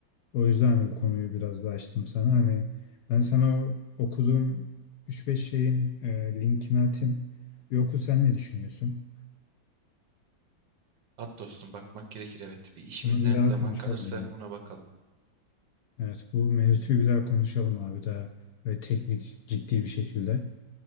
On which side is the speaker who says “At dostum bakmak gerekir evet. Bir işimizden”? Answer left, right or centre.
Right